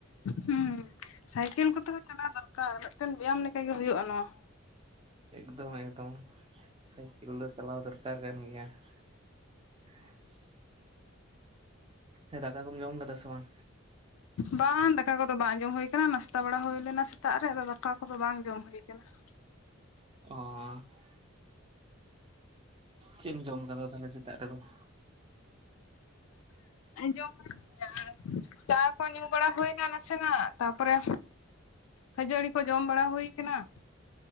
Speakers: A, on the left; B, on the right.
A: ᱦᱩᱸ ᱥᱟᱭᱠᱮᱞ ᱠᱚᱛᱮ ᱦᱚᱸ ᱪᱟᱞᱟᱣ ᱫᱚᱨᱠᱟᱨ ᱢᱤᱫᱴᱮᱱ ᱵᱮᱭᱟᱢ ᱞᱮᱠᱟᱜᱮ ᱦᱩᱭᱩᱜ-ᱟ ᱱᱚᱣᱟ ᱦᱚᱸ ᱾
B: ᱮᱠᱫᱚᱢ ᱮᱠᱫᱚᱢ ᱥᱟᱭᱠᱮᱞ ᱫᱚ ᱪᱟᱞᱟᱣ ᱫᱚᱨᱠᱟᱨ ᱠᱟᱱ ᱜᱮᱭᱟ ᱾ <unintelligible> ᱦᱮᱸ ᱫᱟᱠᱟ ᱠᱚᱢ ᱡᱚᱢ ᱟᱠᱟᱫᱟ ᱥᱮ ᱵᱟᱝ ᱾
A: ᱵᱟᱝ ᱫᱟᱠᱟ ᱠᱚ ᱫᱚ ᱵᱟᱝ ᱡᱚᱢ ᱦᱩᱭ ᱟᱠᱟᱱᱟ ᱱᱟᱥᱛᱟ ᱵᱟᱲᱟ ᱦᱩᱭ ᱞᱮᱱᱟ ᱥᱮᱛᱟᱜ ᱨᱮ ᱟᱫᱚ ᱫᱟᱠᱟ ᱠᱚᱫᱚ ᱵᱟᱝ ᱡᱚᱢ ᱦᱩᱭ ᱟᱠᱟᱱᱟ ᱾
B: ᱚᱸᱻᱻ ᱾ ᱪᱮᱫ ᱮᱢ ᱡᱚᱢ ᱟᱠᱟᱫᱟ ᱛᱟᱦᱚᱞᱮ ᱥᱮᱛᱟᱜ ᱨᱮ ᱫᱚ ᱾
A: ᱟᱫᱚ ᱡᱚᱢ ᱦᱚᱭᱩᱜ ᱜᱮᱭᱟ ᱾ ᱪᱟ ᱠᱚ ᱧᱩ ᱵᱟᱲᱟ ᱦᱩᱭ ᱮᱱᱟ ᱱᱟᱥᱮᱱᱟᱜ ᱛᱟᱯᱚᱨᱮ ᱠᱷᱟᱹᱡᱟᱹᱲᱤ ᱠᱚ ᱡᱚᱢ ᱵᱟᱲᱟ ᱦᱩᱭ ᱟᱠᱟᱱᱟ ᱾